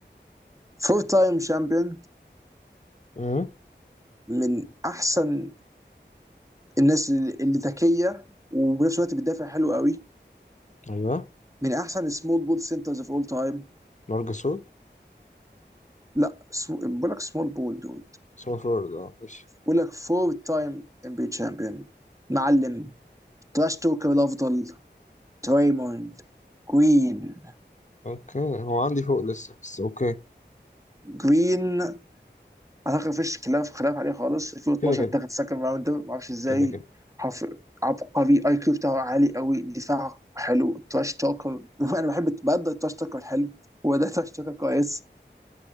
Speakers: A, on the right (about 15°); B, on the left (about 40°).
A: فور تايم شامبيون
B: أمم،
A: من احسن الناس اللي اللي ذكيه وبنفس الوقت بتدافع حلو قوي
B: أيوه
A: من احسن سمول بول سنترز اوف اول تايم
B: مارجاسول
A: لا سم... بقول لك سمول بول دود
B: سمول فورورد أه ماشي
A: بقول لك فور تايم ام بي شامبيون معلم تراش توكر الافضل تريموند جرين
B: أوكي هو عندي فوق لسه بس أوكي
A: جرين اعتقد مفيش خلاف خلاف عليه خالص 2012
B: كده كده
A: اتاخد سكند راوند ما اعرفش ازاي
B: كده كده
A: حرف عبقري اي كيو بتاعه عالي قوي دفاعه حلو تراش توكر <laughs> انا بحب بقدر التراش توكر الحلو هو ده تراش توكر كويس